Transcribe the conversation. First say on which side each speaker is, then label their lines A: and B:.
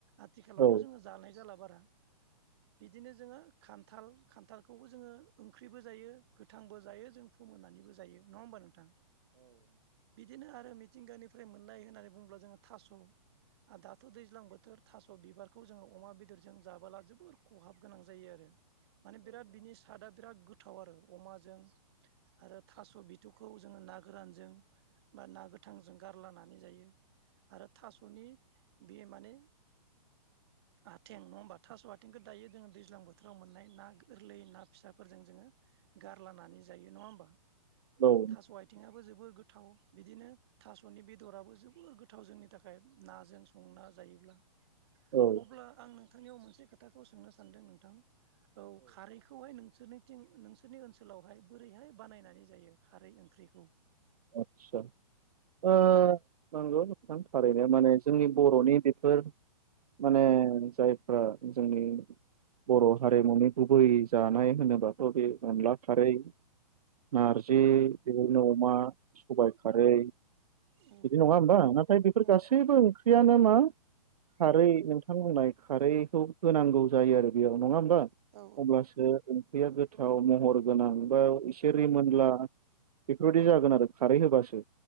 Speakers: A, on the right (about 40°); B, on the right (about 65°).
A: आथिखालावथ'
B: औ
A: जोङो जानाय जाला बारा बिदिनो जोङो खान्थाल खान्थालखौबो जोङो ओंख्रिबो जायो गोथांबो जायो जों फोमोननानैबो जायो नङा होमबा नोंथां? बिदिनो आरो मिथिंगानिफ्राय मोननाय होननानै बुङोब्ला जोङो थास' आ दाथ' दैज्लां बोथोर थास' बिबारखौ जोङो अमा बेदरजों जाबोला जोबोर खहाब गोनां जायो आरो माने बिराद बिनि सारादा बिराद गोथ थाव आरो अमाजों आरो थास' बिथ'खौ जों नागोरजों बा ना गोथ थांजों गारलानानै जायो आरो थास'नि बे माने <inaudible> आथें नङा होमबा थास' आथेंखौ दायो जोङो दैज्लां बोथ बोथोराव मोननाय ना गोरलै ना फिसाफोरजों जोङो गारलानानै जायो नङा होम्बा।
B: औ
A: थास' आथिंबो जोबोद गो थाव बिदिनो थास'नि बेदराबो जोबोद गोथाव जोंनि थाखाय नाजों संना जायोब्ला।
B: औ
A: अब्ला आं नोंथांनियाव मोनसे खोथाखौ सोंनो सानदों नोंथां। औ खारैखौहाय नोंसोरनि थिं नोंसोरनि ओनसोलावहाय बोरैहाय बानायनानै जायो खारै ओंख्रिखौ?
B: आटस्सा। ओ नोंगौ नोंथां थारैनो माने जोंनि बर'नि बेफोर माने जायफ्रा जोंनि बर' हारिमुनि गुबै जानाय होनोबाथ' बे अन्ला खारै नार्जि <inaudible> बिदिनो अमा सबाइ खारै
A: औ
B: बिदि नङा होम्बा नाथाय बेफोर
A: औ
B: गासैबो ओं ख्रियानो मा खारै नोंथां बुंनाय खारैखौ होनांगौ जायो आरो बेयाव नङा <inaudible> बा
A: औ
B: अब्लासो <inaudible> ख्रैया गोथाव महर गोनां बा एसे रिमोनला बेफोरबायदि जागोन आरो। खारै होबासो